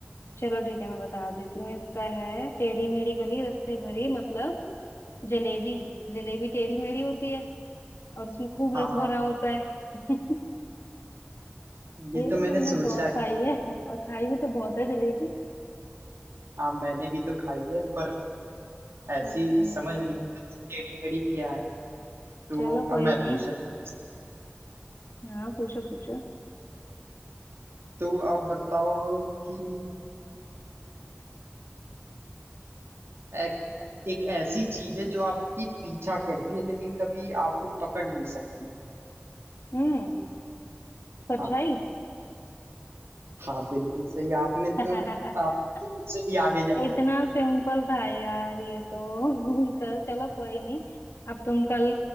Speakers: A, on the left; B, on the right.
A: चलो ठीक है मैं बता देती हूँ इसका है टेढ़ी मेढ़ी गली रस्ते भरी मतलब जलेबी जलेबी टेढ़ी मेढ़ी होती है और उसमें खूब
B: हाँ
A: रस भरा होता है <laughs>
B: ये
A: ये
B: तो
A: तो
B: मैंने
A: हमने
B: सोचा
A: बहुत
B: है,
A: खाई है और खाई भी तो बहुत है जलेबी
B: हाँ मैंने भी तो खाई है पर ऐसी
A: हम्म
B: समझ में नहीं आ रहा कि टेढ़ी मेढ़ी क्या है तो
A: चलो
B: अब
A: कोई
B: मैं पूछ
A: नहीं
B: रहा हूँ
A: हाँ पूछो पूछो
B: तो आप बताओ कि एक, एक ऐसी चीज है जो आपकी पीछा करती है लेकिन कभी आपको पकड़ नहीं सकती
A: हम्म परछाई
B: हाँ हाँ बिल्कुल सही आपने तो
A: <laughs>
B: आप तो मुझसे भी आगे जा
A: इतना सिंपल था यार ये तो <laughs> कर, चलो कोई नहीं अब तुम कल